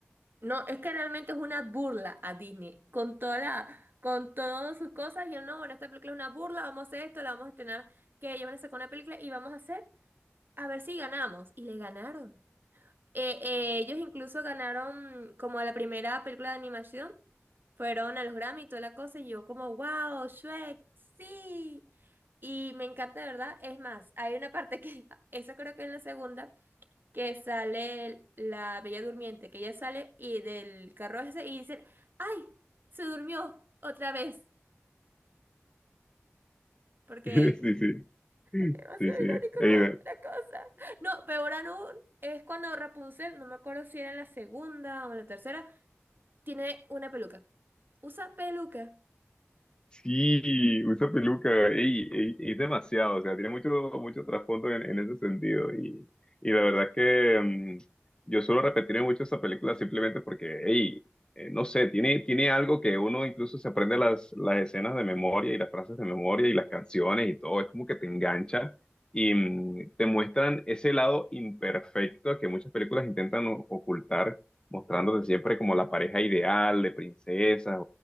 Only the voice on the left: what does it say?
<laughs>
Sí,
sí,
sí, sí.
Eider.
Sí, usa peluca, ey, ey, es demasiado, o sea, tiene mucho, mucho trasfondo en, en ese sentido. Y, y la verdad es que mm, yo suelo repetir mucho esa película simplemente porque, ey, eh, no sé, tiene, tiene algo que uno incluso se aprende las, las escenas de memoria y las frases de memoria y las canciones y todo, es como que te engancha y mm, te muestran ese lado imperfecto que muchas películas intentan o- ocultar, mostrándote siempre como la pareja ideal de princesas